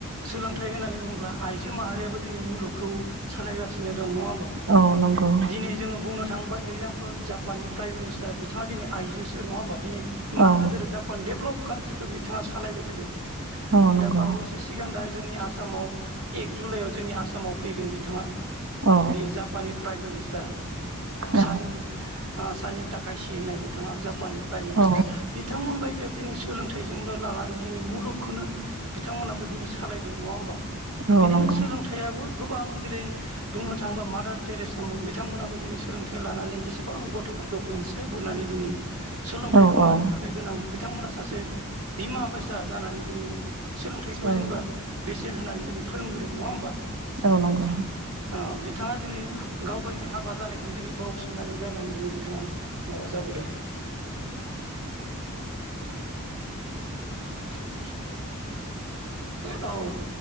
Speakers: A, on the right (about 90°); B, on the right (about 60°).
A: सोलोंथाइ होननानै बुङोब्ला आइजो माहारियाबो दिनै मुलुग खौ सालायगासिनो। दं नङा होमबा
B: औ नंगौ
A: दिनै जोङो बुंनो थाङोबा एक्जाम जापाननि प्राइम मिनिस्टार बिथाङा दिनै आइ जोसो नंङा होमबा दिनै इमान
B: औ
A: गोदोर जापान डेब्लप काान्ट्रिखो बिथाङा सालायबाय थादों।
B: औ नंगौ
A: दा बावैसो सिगां दा जोंनि आसामाव एक जुलाइआव जोंनि आसामाव फैगोन बिथाङा
B: औ
A: बेयो जापाननि प्राइम मिनिस थार। सानि
B: औ
A: ओ सानि थाखासि होननाय बिथाङा जापाननि प्राइम मिनिस्टार
B: औ
A: बिथांबायदियाव दिनै सोलोंथाइजोंनो लानानै दिनै मुलुगखौनो बिथांमोनहाबो दिनै सालायदों नङा होमबा।
B: औ
A: बिदिनो
B: नंगौ
A: सोलोंथाइयाबो गोबां दिरै बुंनो थाङोबा मादार टेरेसामोन बिथांमोनाबो दिनै सोलोंथाइ लानानै एसे गोबां गथ'फोर खौ अनसाय बोनानै दिनै सोलोंथाइखौ
B: औ औ
A: मानो थाखाय गोनां बिथांमोना सासे बिमा बायसा जानानै दिनै सोलोंथाइखौ
B: औ
A: जेनेबा बेसेन होनानै जोंनो फोरोंबोदों नङा होमबा।
B: औ नंगौ।
A: ओ बिथाङा दिनै गावगाइनि हाबा जानायखौनो दिनै बावसोमनानै जानानै दिनै बिथाङा माबा जाबोदो। <unintelligible> <inaudible> <unintelligible> औ